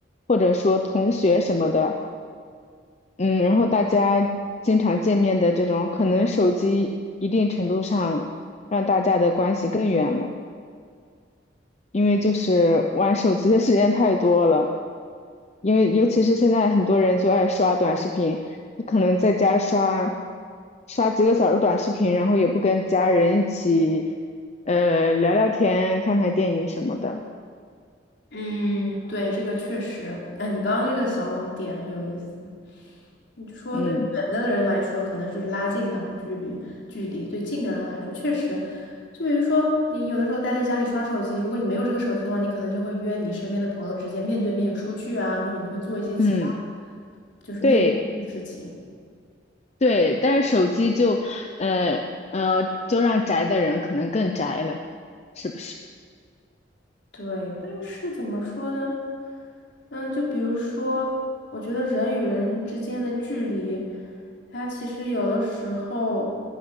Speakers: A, on the left; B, on the left.
A: 或者说同学什么的。嗯，然后大家经常见面的这种，可能手机一定程度上让大家的关系更远了，因为就是玩手机的时间太多了，因为尤其是现在很多人就爱刷短视频，他可能在家刷刷几个小时短视频，然后也不跟家人一起呃聊聊天、看看电影什么的，
B: 嗯，对，这个确实，啊，你刚刚这个想点很有意思。你就说对远的人来说，
A: 嗯
B: 可能是拉近他们距离距离；对近的人来说，确实，就比如说你有的时候待在家里刷手机，如果你没有这个手机的话，你可能就会约你身边的朋友直接面对面出去啊，或者你会做一些其他
A: 嗯，
B: 就是面对面的事情。
A: 对对，但是手机就呃呃就让宅的人可能更宅了。是不是？
B: 对，但是怎么说呢？嗯，就比如说，我觉得人与人之间的距离，它其实有的时候，